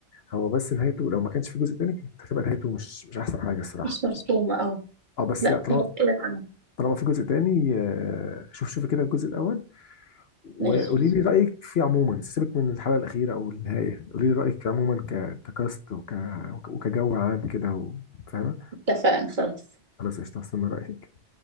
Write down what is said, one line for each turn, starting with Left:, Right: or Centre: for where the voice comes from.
Left: هو بس نهايته لو ما كانش في جزء تاني كانت هتبقى نهايته مش مش احسن حاجه الصراحه
Right: مش مفهومة اه
Left: اه بس
Right: لا
Left: لا طالما
Right: خلاص كده تمام
Left: طالما في جزء تاني آه، شوف شوفي كده الجزء الاول وقولي
Right: ماشي
Left: لي رايك فيه عموما سيبك من الحلقه الاخيره او النهايه قولي لي رايك فيه عموما ك- ككاست وك وك- وكجو عام كده و- فاهمه
Right: اتفقنا خلاص
Left: خلاص قشطه استنى رايك